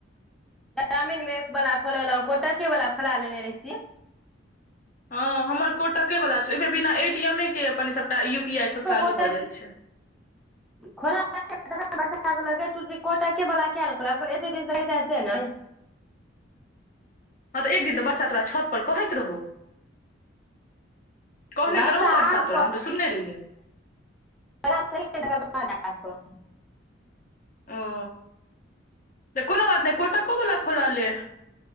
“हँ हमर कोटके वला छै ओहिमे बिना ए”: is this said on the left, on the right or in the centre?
Left